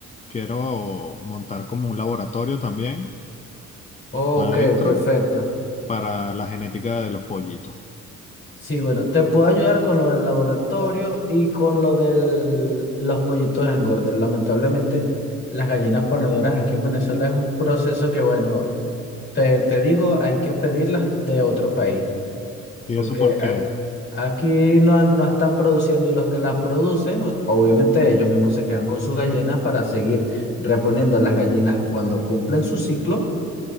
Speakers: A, on the left; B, on the left.
A: quiero montar como un laboratorio también
B: ok,
A: adentro
B: perfecto.
A: para la genética de los pollitos.
B: Sí, bueno, te puedo ayudar con lo del laboratorio y con lo de los pollitos engordes. Lamentablemente, las gallinas ponedoras aquí en Venezuela es un proceso que, bueno, Te, te digo, hay que pedirlas de otro país,
A: ¿Y
B: porque
A: eso por qué?
B: a- aquí no, no están produciendo y los que las producen, o- obviamente ellos mismos se quedan con sus gallinas para seguir reponiendo las gallinas cuando cumplen su ciclo